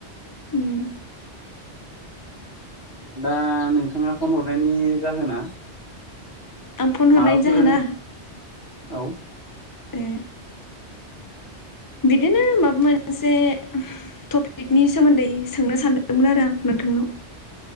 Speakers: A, on the left; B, on the left.
A: उम
B: दा नोंथाङा फन हरनायनि जाहोना
A: आं फन
B: माबाफोर
A: हरनायनि जाहोना
B: औ
A: ए बिदिनो माबा मोनसे टपिकनि सोमोन्दै सोंनो सानदोंमोन आरो आं नोंथांनाव